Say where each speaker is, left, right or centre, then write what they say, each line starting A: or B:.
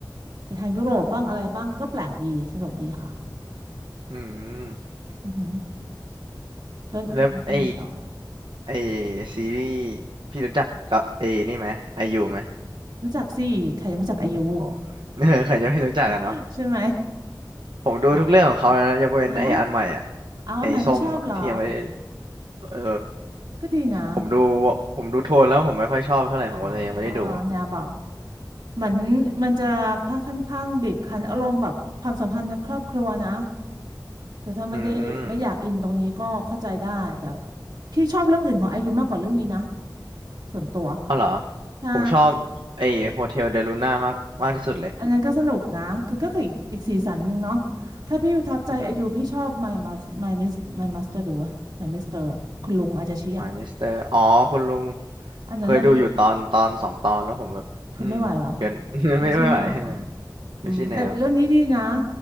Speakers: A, on the right (about 65°); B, on the right (about 80°).
A: ไปทางยุโรปบ้างอะไรบ้างก็แปลกดีสนุกดีค่ะ
B: อืม
A: อือหือแล้วแล้วเป็นไงต่อ
B: แล้วไอไอซีรีส์พี่รู้จักก็เอนี่ไหมไอยูไหม
A: รู้จักสิใครจะไม่รู้จักอายุ
B: โอ้โห <laughs> ใครจะไม่รู้จักอะเนาะ
A: <laughs> ใช่ไหม
B: ผมดูทุกเรื่องของเขาเลยนะยกเว้นไออันใหม่อะ
A: ดังมาจากเหรอเอาอันใหม่ไม่ชอบเหรอ
B: ไอส้มอะที่ยังไม่ได้เออ
A: ก็ดีนะ
B: ผมดูผมดูโทนแล้วผมไม่ค่อยชอบเท่าไหร่ผมก็เลยยังไม่ได้ดู
A: อ๋อเนี่ยแบบเหมือนมันจะค่าข่อนข้างบีบคั้นอารมณ์แบบความสัมพันธ์ในครอบครัวนะคือถ้าไม่ได้ไม่อยากอินตรงนี้ก็เข้าใจได้แต่
B: อืม
A: พี่ชอบเรื่องอื่นของอายุมากกว่าเรื่องนี้นะส่วนตัว
B: อ๋อเหรอ
A: ใช่
B: ผมชอบไอโฮเทลเดลูน่ามากมากที่สุดเลย
A: อันนั้นก็สนุกนะคือก็คืออีกอีกสีสันหนึ่งเนาะถ้าพี่ประทับใจอายุพี่ชอบ
B: อืม
A: My Mas My Miss My Master ดูวะ My Mister อะคุณลุงอาจจะชี้อ่ะ
B: มายมิสเตอร์อ๋อคุณลุง
A: อันนั้นน่ะ
B: เคยดูอยู่ตอนตอนสองตอนแล้วผมแบบอืมเกิน
A: ทนไม่ไหวเหรอ
B: <laughs>
A: ไม่ใช่แนวอะ
B: ไม่ไม่ไหวไม่ไหว
A: อืมแต่เรื่องนี้ดีนะ
B: ไม่ใช่แนว